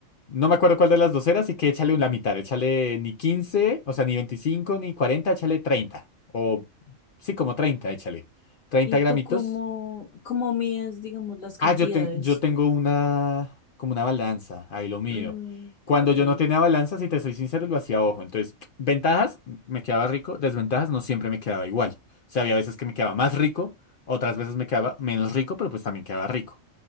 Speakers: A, on the left; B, on the left.
A: No me acuerdo cuál de las dos era, así que échale la mitad. Échale ni 15, o sea, ni 25 ni 40, échale 30. O sí, como 30. échale. treinta
B: ¿Y
A: gramitos
B: tú cómo, cómo mides, digamos, las cantidades?
A: Ah, yo, te- yo tengo una, como una balanza, ahí lo mío.
B: Mm,
A: Cuando
B: ok.
A: yo
B: <laughs>
A: no tenía balanza, si te soy sincero, lo hacía a ojo. Entonces, <tsk> ventajas, me quedaba rico, desventajas, no siempre me quedaba igual. O sea, había veces que me quedaba más rico, otras veces me quedaba menos rico, pero pues también quedaba rico,